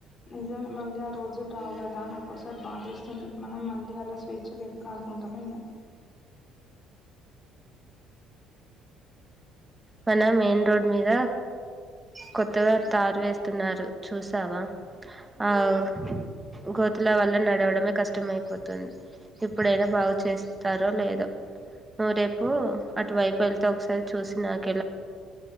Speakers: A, on the left; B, on the right.
A: నిజమే మళ్ళీ ఆ రోజులు రావు కదా అని ఒక్కోసార్ బాధేస్ స్తుంది మనం మళ్ళీ అలా స్వేచ్ఛగా ఎప్పుడు ఆడుకుంటామో ఏమో
B: మన మెయిన్ రోడ్ మీద కొత్తగా తారు వేస్తున్నారు చూసావా ఆవ్ గోతుల వల్ల నడవడమే కష్టం అయిపోతుంది ఇప్పుడైనా బాగు చేస్ స్తారో లేదో నువ్వు రేపు అటువైపు వెళ్తే ఒకసారి చూసి నాక్